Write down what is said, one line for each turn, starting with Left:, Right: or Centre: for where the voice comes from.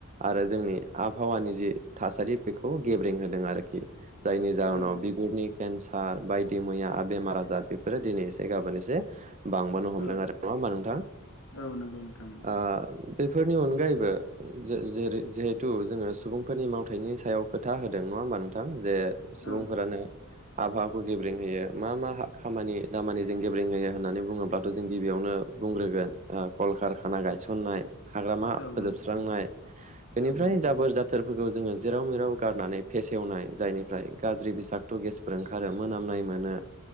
Right: आरो जोंनि आबहावानि जि थासारि बेखौ गेब्रें होदों आरोखि जायनि जाहोनाव
Left: औ
Right: बिगुरनि केन्सा र बायदि मैया बेमार आजार बेफोरो दिनै एसे गाबोन एसे बांबानो हमदों
Left: औ
Right: आरो नंङा होमबा नोंथां
Left: औ नंगौ नोंथां नंगौ
Right: ओ बेफोरनि अनगायैबो जे जेरै जिहेथु जोङो सुबुंफोरनि मावथायाइनि सायाव खोथा होदों नङा होमबा नोंथां? जे सुबुंफोरानो
Left: औ
Right: आबहावाखौ गेब्रेंहोयो मा मा खामानि दामानिजों गेब्रेंहोयो होननानै बुङोब्लाथ' जों गिबियावनो बुंग्रोगोन कलकारखाना गायसननाय हाग्रामा
Left: औ
Right: फोजोबस्रांनाय
Left: नंगौ
Right: बेनिफ्राय
Left: औ नंगौ
Right: जाबोर
Left: नोंथां
Right: जाथोरफोरखौ जोङो जेराव मिराव गारनानै फेसेवनाय जायनिफ्राय गाज्रि बिसागत' गेसफोर ओंखारो मोनामनाय मोनो